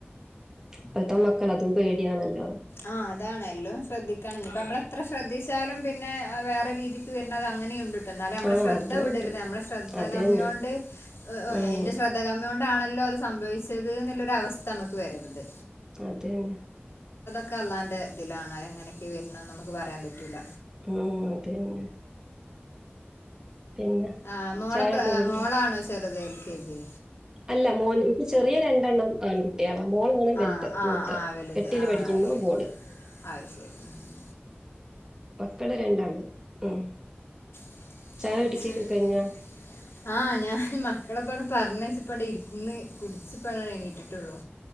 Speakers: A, on the right (about 15°); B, on the left (about 70°).
A: പ്പത്തെ മക്കൾ അതും പേട്യാണല്ലോ.
B: ആഹ് അതാണ് എല്ലും ശ്രദ്ധിക്കണം ഞ്പ്പ മ്മളത്ര- ശ്രദ്ധിച്ചാലും പിന്നെ വേറെ രീതിക്ക് വര്ണതങ്ങനെയുണ്ട്. തന്നാലും നമ്മളെ
A: ആ
B: ശ്രദ്ധ
A: അതും
B: വിടരുത്
A: ഉണ്ട്
B: നമ്മളെ ശ്രദ്ധ
A: അത്
B: കമ്മിയോണ്ട്
A: തന്നെ ഉം
B: എന്റെ ശ്രദ്ധ കമ്മിയൊണ്ടാണ- ല്ലോ അത് സംഭവിച്ചത് ന്നുള്ളൊര വസ്ഥ അമ്മക്ക് വരരുത്.
A: അത തന്നെ.
B: ക്കെ അള്ളാന്റെ തിലാണ് അവ് എങ്ങനെക്കെ വര്ണന്ന് നമുക്ക് പറയാൻ പറ്റൂല.
A: ഉം അത തന്നെ. പിന്നെ
B: ആ് മോളെ
A: ചായൊക്കെ
B: പ്പള ഏ
A: കുടിച്ചോ
B: മോളാണോ ചെറുത് എൽ കെ ജി.
A: അല്ല മോൻ ൻക്ക് ചെറിയ രണ്ടെണ്ണം ആൺകുട്ട്യള. മോളാണ് വൽത്
B: ആഹ്
A: മൂത്ത്
B: ആഹ് ആഹ് വലുത്
A: എട്ടില്
B: ആഹ്
A: പഠിക്കുന്നു ബോള്.
B: അത് ശരി ഉ ഉ.
A: മക്കള് രണ്ടാള് ഉം.
B: <unintelligible>
A: ചായ കുടിക്കൊക്കെ കഴിഞ്ഞോ
B: ആഹ ഞാൻ മക്കളെപ്പട് പറഞ്ഞച്ചി- പ്പണ്ടിര്ന്ന് കുട്ച്ച്പ്പണ്ടണീട്ടിട്ടുള്ളൂ